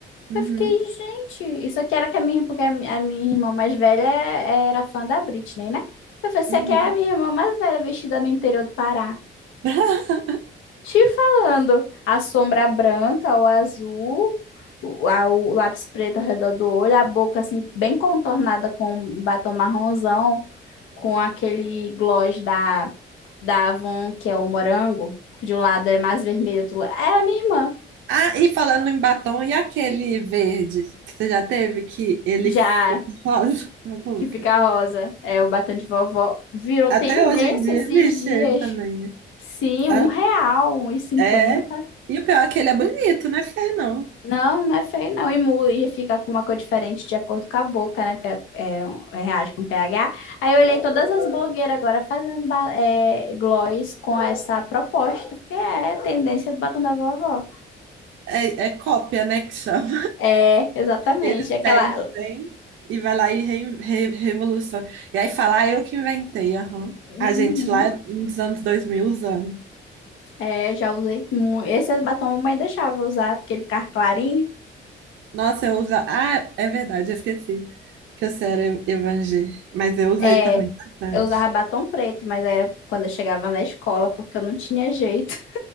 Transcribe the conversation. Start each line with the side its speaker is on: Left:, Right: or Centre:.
Right: Uhum,
Left: Eu fiquei, gente, isso aqui era que a minha, porque a mi- a minha irmã mais velha é, era fã da Britney, né? Eu falei, isso
Right: uhum.
Left: aqui é a minha irmã mais velha vestida no interior do Pará.
Right: <laughs>
Left: Te falando, a sombra branca ou azul, o, a- o lápis preto ao redor do olho, a boca assim bem contornada com um batom marronzão, com aquele gloss da, da Avon, que é o morango, que de um lado é mais vermelho, do outro la- é a minha irmã.
Right: Ah, e falando em batom, e aquele verde que você já teve, que ele
Left: Já
Right: fica <laughs> rosa na boca?
Left: que fica rosa, é o batom de vovó, virou
Right: Até
Left: tendência
Right: hoje em dia
Left: esses
Right: existe
Left: dias.
Right: ele também, né?
Left: Sim,
Right: Hã?
Left: um real, um e cinquenta
Right: É. E o pior é que ele é bonito, não é feio, não.
Left: Não, não é feio, não. E, mu- e fica com uma cor diferente de acordo com a boca, né? Porque é, é, um- é, reage com pH. Aí eu olhei todas as blogueiras agora fazendo ba- é, gloss com essa proposta, porque é a tendência do batom da vovó.
Right: É, é cópia, né, que chama.
Left: É, exatamente.
Right: Eles
Left: Aquela.
Right: pegam o trem e vai lá e re, re- revoluciona. E aí fala, ah, eu que inventei, aham.
Left: Uhum.
Right: A gente lá é nos anos 2000 usando.
Left: É, já usei muito. Esse batom a mamãe deixava eu usar, porque ele ficava clarinho.
Right: Nossa, eu uso. Ah, é verdade, eu esqueci que eu era ev- evangé. Mas eu usei
Left: É,
Right: também bastante.
Left: eu usava batom preto, mas era quando eu chegava na escola, porque eu não tinha jeito.